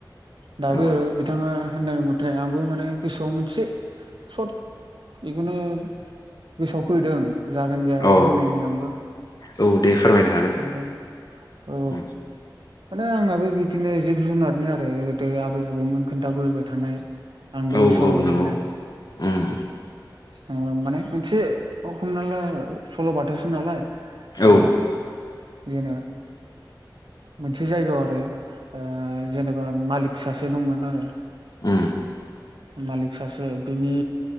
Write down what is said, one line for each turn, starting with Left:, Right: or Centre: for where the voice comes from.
Right: दाबो
Left: औ
Right: बिथाङा होननाय म थे आंबो माने गोसोआव मोनसे सर्ट इखोनो गोसोआव फैदों। जागोन जाया
Left: औ
Right: बुंनायनि आंबो।
Left: औ दे फोरमायनो हागोन
Right: आरो औ।
Left: उम
Right: माने आंनाबो बिदिनो जिब जुनारनि आरो गोदो आबै आबौमोन खोन्थाबोबाय थानाय। आंबो
Left: औ
Right: गोसोआव दं
Left: नंगौ
Right: मोने।
Left: उम
Right: ओ माने मोनसे हमना ला सल' बाथासो नालाय। ओ
Left: औ
Right: जेनो मोनसे जायगायाव आरो ओ। जेनेबा मालिक सासे दंमोन आरो।
Left: उम
Right: मालिक सासे बिनि